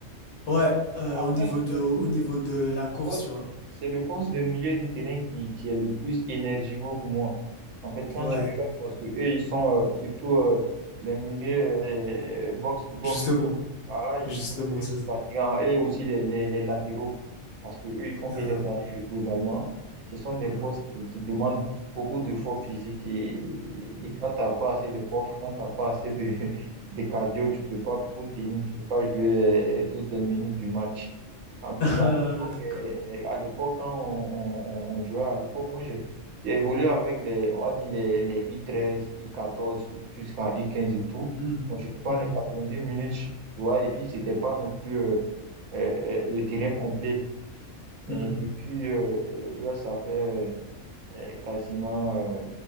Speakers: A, on the left; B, on the right.
A: Ouais, euh,
B: Après,
A: au niveau
B: je
A: de,
B: me
A: au
B: dis,
A: niveau
B: le, le
A: de la
B: le
A: course,
B: poste,
A: tu vois.
B: c'est le poste de milieu de terrain qui, qui est le plus énergivore pour moi. En fait, quand
A: Ouais,
B: tu regardes, parce que eux, ils sont euh, surtout euh, les milieux box-to-box.
A: justement.
B: Voilà,
A: Justement,
B: ils sont plus
A: c'est ça.
B: fatigants. Et aussi les, les, les latéraux, parce que eux ils font
A: Euh,
B: que des allers-retours également. Ce sont des
A: mhm,
B: postes qui, qui demandent beaucoup d'efforts physiques. Et, et
A: mhm.
B: quand tu n'as pas assez de coffre, quand tu n'as pas assez de, <laughs> de cardio, tu peux pas tout tenir, tu peux pas jouer euh, toutes les minutes du match. En plus,
A: Ah,
B: à l'époque,
A: <laughs> d'accord.
B: euh, à l'époque, quand on, on- on- on jouait, à l'époque, moi, j'ai j'ai évolué avec les, on va dire les, les u treize u quatorze U- jusqu'à u quinze et tout.
A: Mhm,
B: On ne jouait pas
A: mhm,
B: les dix minutes, tu vois, et puis, c'était pas non plus euh, euh, euh, le terrain complet. Mais
A: mhm,
B: depuis, euh, là, ça fait euh, euh, quasiment, euh,